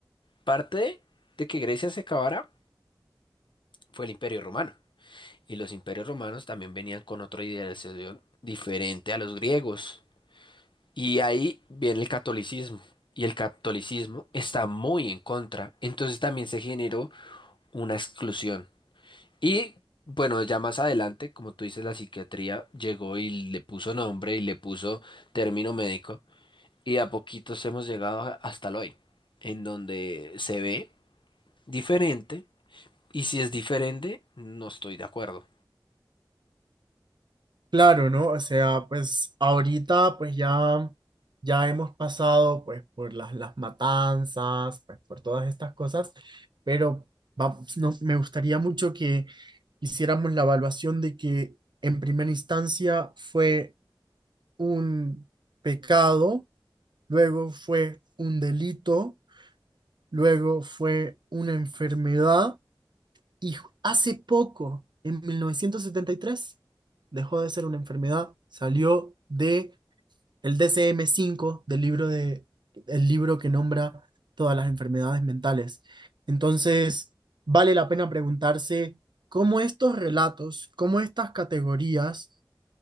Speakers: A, on the left (about 70°); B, on the right (about 65°).
A: parte de que Grecia se acabara fue el Imperio Romano. Y los imperios romanos también venían con otra idealización diferente a los griegos. Y ahí viene el catolicismo. Y el catolicismo está muy en contra. Entonces también se generó una exclusión. Y bueno, ya más adelante, como tú dices, la psiquiatría llegó y le puso nombre y le puso término médico. Y de a poquitos hemos llegado a- hasta el hoy, en donde se ve diferente. Y si es diferente, no estoy de acuerdo.
B: Claro, ¿no? O sea, pues ahorita pues ya, ya hemos pasado pues por las, las matanzas, pues por todas estas cosas, pero vamos, no, me gustaría mucho que hiciéramos la evaluación de que en primera instancia fue un pecado, luego fue un delito, luego fue una enfermedad y ju- hace poco, en 1973 dejó de ser una enfermedad, salió de el dsm cinco del libro de el libro que nombra todas las enfermedades mentales. Entonces, vale la pena preguntarse cómo estos relatos, cómo estas categorías